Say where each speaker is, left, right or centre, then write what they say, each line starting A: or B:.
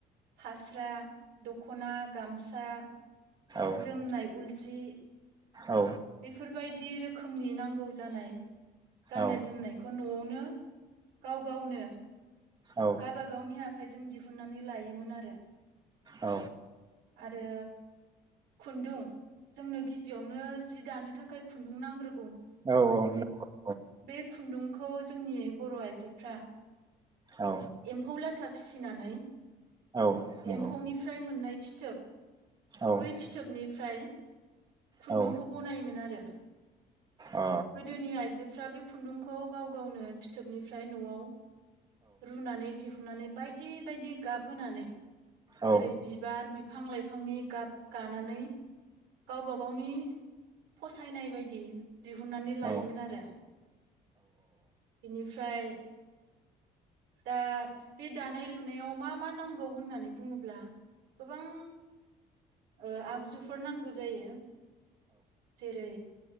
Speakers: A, on the right; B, on the right.
A: फास्रा दख'ना गामसा
B: औ
A: जोमनाय उलजि
B: औ
A: बेफोरबायदि रो खोमनि नांगौ जानाय गाननाय
B: औ
A: जोमनायखौ नु न'यावनो गाव गावनो
B: औ
A: गावाबागावनि आखाइजों दिहु हुननानै लायोमोन आरो।
B: औ
A: आरो खुन्दुं जोंनो गिबियावनो जि दानो थाखाय खुन्दुं नांग्रो
B: औ औ
A: बे खुन्दुंखो खौ जोंनि बर' आइजोफ्रा
B: औ
A: एम्फौ लाथा फिसिनानै।
B: औ नंगौ
A: एम्फौनिफ्राय मोननाय। फिथोब।
B: औ
A: बै फिथोबनिफ्राय। खुन्दुंखौ
B: अ औ
A: बनायोमोन आरो
B: औ
A: गोदोनि आइजोफ्रा बे। खुन्दुंखौ गाव गावनो फिथोबनिफ्राय न'आव। रुनानै दिहुननानै। बायदि बायदि गाबहोनानै।
B: औ
A: जेरै बिबार बि फां लाइफांनि गाब गानानै। गावबा गावनि फसायनाय बायदि दिहुननानै लायोमोन
B: औ नंगौ औ
A: आरो बेनिफ्राय। दा बे दानाय लुनायाव मा मा नांगौ होननानै बुङोब्ला। गोबां। ओ आगजुफोर नांगौ जायो। जेरै